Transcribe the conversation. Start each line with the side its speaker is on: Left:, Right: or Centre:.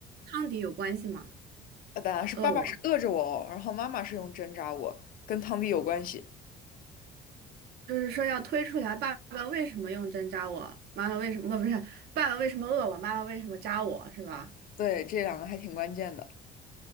Right: 汤底有关系吗？
Left: 啊，本来是爸爸是饿着我哦，
Right: 饿我，
Left: 然后妈妈是用针扎我，跟汤底有关系。
Right: 就是说要推出来爸爸为什么用针扎我，妈妈为什么不不是爸爸为什么饿我，妈妈为什么扎我是吧？
Left: 对，这两个还挺关键的。